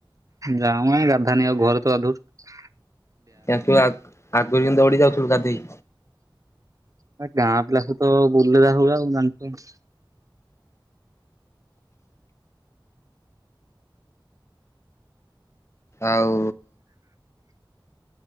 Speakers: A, on the right; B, on the left.
A: ଯା ମ ଗାଧାନୀ ଆଉ ଘରେ ତ ଗାଧୋଉଚୁ।
B: କାଇଁ ତୁ ଆଗ୍ ଆଗରୁ କେମିତି ଦୌଡି ଯାଉଥିଲୁ ଗାଧେଇ।
A: ବଟ ଗାଁ ପିଲା ସହିତ ବୁଲା ହଉ ଆଉ ଜଣିଛ
B: ଆଉ